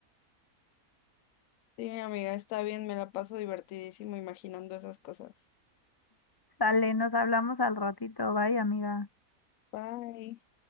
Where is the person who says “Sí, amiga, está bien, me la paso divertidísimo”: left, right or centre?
Left